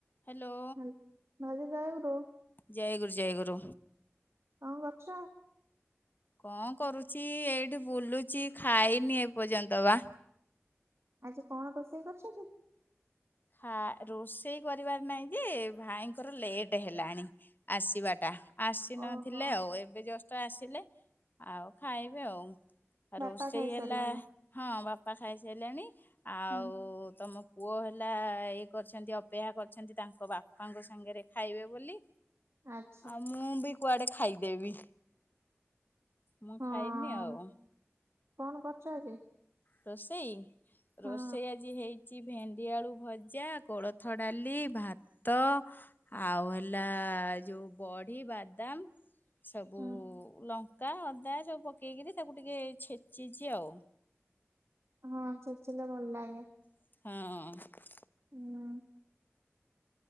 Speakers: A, on the left; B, on the right.
A: Hello
B: ହା ଭାଉଜ ଜୟଗୁରୁ
A: ଜୟଗୁରୁ ଜୟଗୁରୁ
B: କଣ କରୁଛ?
A: କଣ କରୁଛି ଏଇଠି ବୁଲୁଛି ଖାଇନି ଏପର୍ଯ୍ୟନ୍ତ ବା
B: ଆଜି କଣ ରୋଷେଇ କରିଛ କି?
A: ଖା ରୋଷେଇ କରିବାର ନାହିଁ ଯେ ଭାଇଙ୍କର ଲେଟ ହେଲାଣି। ଆସିବାଟା ଆସିନଥିଲେ
B: ଓହୋ
A: ଆଉ ଏବେ ଜଷ୍ଟ ଆସିଲେ ଆଉ ଖାଇବେ ଆଉ ଆଉ
B: ବାପା
A: ରୋଷେଇ
B: ଖାଇସାରିବେଣି
A: ହେଲା ହଁ ବାପା ଖାଇସାରିଲାଣି ଆଉ
B: ହୁଁ
A: ତମ ପୁଅ ହେଲ ଆ ଇଏ କରିଛନ୍ତି ଅପେକ୍ଷା କରିଛନ୍ତି ତାଙ୍କ ବାପାଙ୍କ ସାଙ୍ଗରେ ଖାଇବେ ବୋଲି
B: ଆଚ୍ଛା
A: ଆଉ ମୁଁ ବି କୁଆଡେ ଖାଇଦେବି। ମୁଁ
B: ହଁ।
A: ଖାଇନି ଆଉ
B: କଣ କରୁଛ ଆଜି?
A: ରୋଷେଇ
B: ହଁ
A: ରୋଷେଇ ଆଜି ହେଇଛି କି ଭେଣ୍ଡି ଆଳୁ ଭଜା କୋଳଥ ଡାଲି ଭାତ ଆଉ ହେଲା ଯୋଉ ବଢି ବାଦାମ ସବୁ
B: ହଁ
A: ଲଙ୍କା ଅଦା ସବୁ ପକେଇକରି ତାକୁ ଟିକେ ଛେଚିଛି ଆଉ
B: ହଁ ଛେଚିଲେ ଭଲ ଲାଗେ
A: ହଁ
B: ହୁଁ